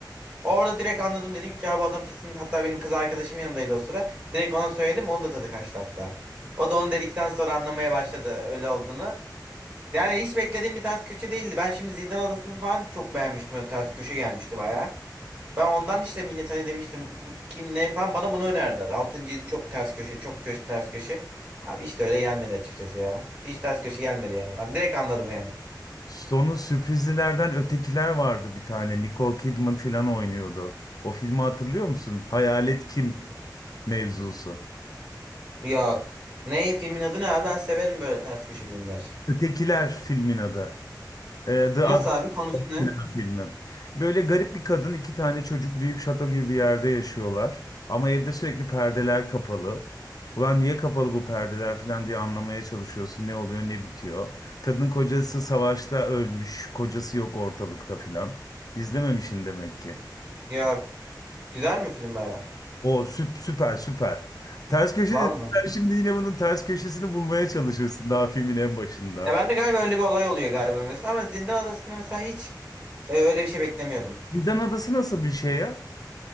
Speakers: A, on the right (about 15°); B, on the left (about 55°).
A: Orada direkt anladım dedim ki abi adam kesin hatta benim kız arkadaşım yanımdaydı o sıra. Direkt ona söyledim onun da tadı kaçtı hatta. O da onu dedikten sonra anlamaya başladı öyle olduğunu. Yani hiç beklediğim bir ters köşe değildi. Ben şimdi Zindan Adası'nı falan çok beğenmiştim. Öyle ters köşe gelmişti baya. Ben ondan işte millet hani demiştim bu kim ne falan bana bunu önerdiler. Altıncı his çok ters köşe çok köşe ters köşe. Abi işte öyle gelmedi açıkçası ya. Hiç ters köşe gelmedi yani. Ben direkt anladım yani.
B: Sonu sürprizlilerden ötekiler vardı bir tane. Nicole Kidman falan oynuyordu. O filmi hatırlıyor musun? Hayalet kim mevzusu.
A: Yok. Ne filmin adı ne abi? Ben severim böyle ters köşe filmler.
B: Ötekiler filmin adı. Ee, The
A: Nasıl
B: Other
A: abi konusu ne?
B: Sinema filmi. Böyle garip bir kadın, iki tane çocuk büyük şato gibi bir yerde yaşıyorlar. Ama evde sürekli perdeler kapalı. Ulan niye kapalı bu perdeler falan diye anlamaya çalışıyorsun. Ne oluyor, ne bitiyor. Kadının kocası savaşta ölmüş. Kocası yok ortalıkta filan. İzlememişsin demek ki.
A: Yok. Güzel mi film baya?
B: O süp, süper süper. Ters köşe
A: Vallahi.
B: dedim. Sen şimdi yine bunun ters köşesini bulmaya çalışırsın daha filmin en başında.
A: Ya ben de galiba öyle bir olay oluyor galiba mesela ama Zindan Adası'nda mesela hiç e, öyle bir şey beklemiyordum.
B: Vildan Adası nasıl bir şey ya?